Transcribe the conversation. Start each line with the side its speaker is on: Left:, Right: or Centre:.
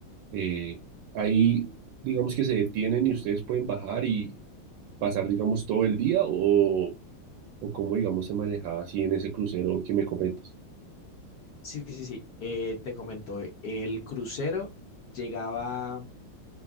Right: eh, ahí, digamos que se detienen y ustedes pueden bajar y pasar, digamos, todo el día o, o cómo, digamos, se manejaba así en ese crucero que me comentas.
Left: sí, sí, sí, eh, te comento, el crucero llegaba